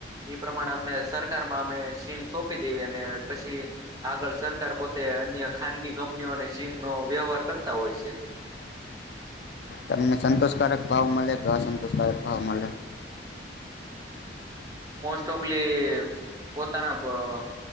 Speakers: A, on the right (about 20°); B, on the left (about 60°).
A: ઈ પ્રમાણે અમને સરકારમાં અમે સીન સોંપી દેવી અને પછી આગળ સરકાર પોતે અન્ય ખાનગી કંપનીઓ અને સિંગ નો વ્યવહાર કરતા હોય છે
B: તમને સંતોષકારક ભાવ મળે કે અસંતોષકારક ભાવ મળે.
A: ચોપલી પોતાના